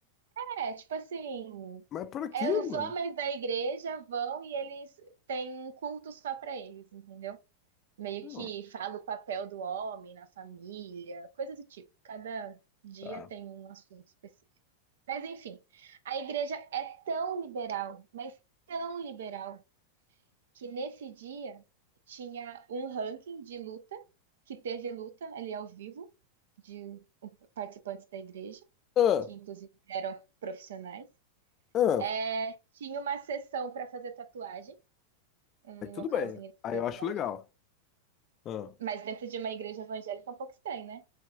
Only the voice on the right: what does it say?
É, tipo assim,
é os
homens da igreja vão e eles têm um culto só pra eles, entendeu? Meio
que fala o papel do homem na família, coisa do tipo. Cada dia
tem um assunto específico. Mas enfim, a igreja é tão liberal, mas tão liberal que nesse dia tinha um ranking de luta, que teve luta ali ao vivo, de participantes da igreja,
que inclusive eram profissionais.
É, tinha uma sessão para fazer tatuagem, um
localzinho
para
fazer
tatuagem,
mas dentro de uma igreja evangélica é um pouco estranho, né?